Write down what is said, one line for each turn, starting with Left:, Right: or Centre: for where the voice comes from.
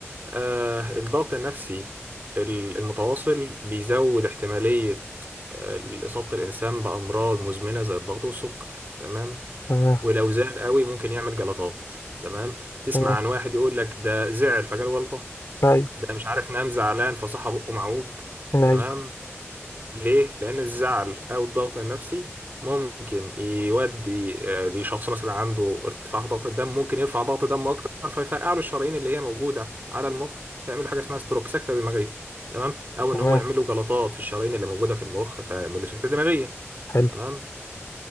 Right: آه الضغط النفسي ال- المتواصل بيزود احتمالية آه، إصابة الإنسان بأمراض مزمنة زي الضغط والسكر تمام
Left: تمام
Right: ولو زاد قوي ممكن يعمل جلطات تمام تسمع
Left: تمام
Right: عن واحد يقول لك ده زعل فجاله جلطة
Left: أيوة
Right: ده مش عارف نام زعلان فصحى بقه معوج
Left: أيوة
Right: تمام ليه؟ لأن الزعل أو الضغط النفسي ممكن يودي آه، لشخص مثلا عنده ارتفاع في ضغط الدم ممكن يرفع ضغط دمه أكتر فيفرقع له الشرايين اللي هي موجودة على المخ فيعمل له حاجة اسمها ستروك سكتة دماغية تمام؟ أو
Left: تمام
Right: إن هو يعمل له جلطات في الشرايين اللي موجودة في المخ فيعمل له سكتة دماغية
Left: حلو
Right: تمام؟